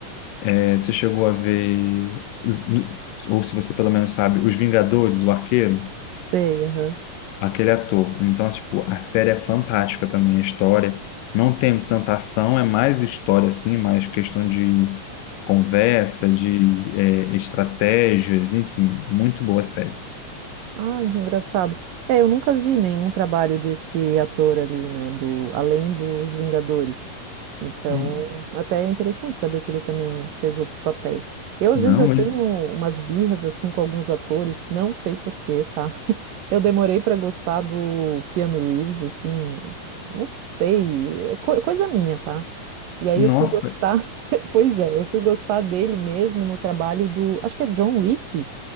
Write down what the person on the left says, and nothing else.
É, você chegou a ver, os- ou se você pelo menos sabe, Os Vingadores, o Arqueiro?
aquele ator. Então, tipo, a série é fantástica também, a história. Não tem tanta ação, é mais história, assim, mais questão de conversa, de eh, estratégias, enfim, muito boa a série.
Hum,
Não,
ele...
Nossa,